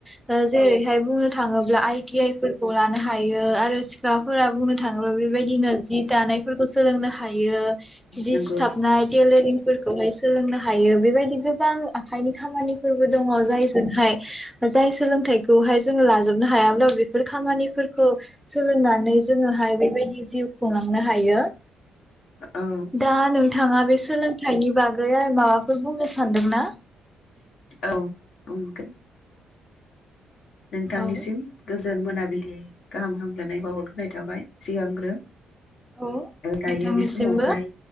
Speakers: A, in the centre; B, on the left.
A: <inaudible> जेरैहाय बुंनो थाङोब्ला आइ ति आइ फोरखौ लानो हायो आरो सिख्लाफोरा बुंनो थाङोब्ला बेबायदिनो जि दानायफोरखौ सोलोंनो हायो जिदि
B: नंगौ
A: सिुथाबनायेलेर फोरखौहाय सोलोंनो हायो बेबायदि गोबां आखाइनि खामानिफोरबो दङ जाय जोंहाय जाय सोलोंथाइखौहाय जोङो लाजोबनो हायाब्ला खामानिफोरखौ सोलों नानै जोङोहाय बेबायदि जिउ खुंलांनो हायो
B: औ
A: दान नोंथाङा बे सोलोंथाइनि बागै आरो माबाफोर बुंनो सानदों ना
B: औ नगोन नोंथांनिसिम
A: औ
B: गोजोन गो जोन मोनाबिलि गाहाम हामगलायनाय बावहरग्रोनाय थाबाय सिगांग्रो
A: औ नोंथांनिसिमबो
B: दायो बे समावहाय